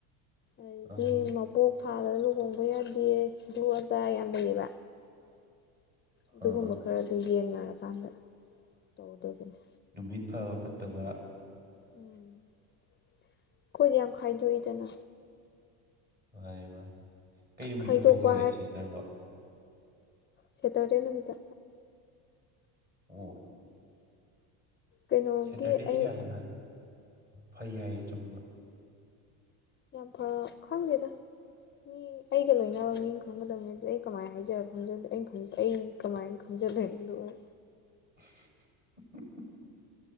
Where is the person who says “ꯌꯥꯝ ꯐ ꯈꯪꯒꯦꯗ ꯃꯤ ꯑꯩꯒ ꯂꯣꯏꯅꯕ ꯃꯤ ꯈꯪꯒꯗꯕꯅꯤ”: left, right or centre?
Left